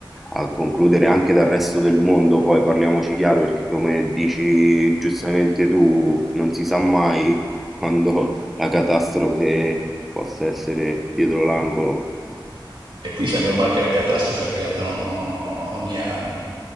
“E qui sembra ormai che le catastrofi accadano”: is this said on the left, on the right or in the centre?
Right